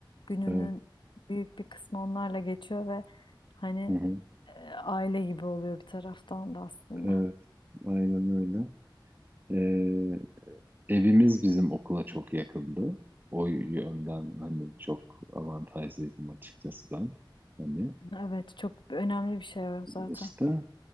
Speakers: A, on the left (about 70°); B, on the right (about 25°).
A: gününün
B: evet
A: büyük bir kısmı onlarla geçiyor ve hani
B: hı hı,
A: e, aile gibi oluyor bir taraftan da aslında.
B: evet aynen öyle. Ee, evimiz bizim okula çok yakındı. O yönden hani çok avantajlıydım açıkçası ben. Hani
A: Evet, çok önemli bir şey o zaten.
B: işte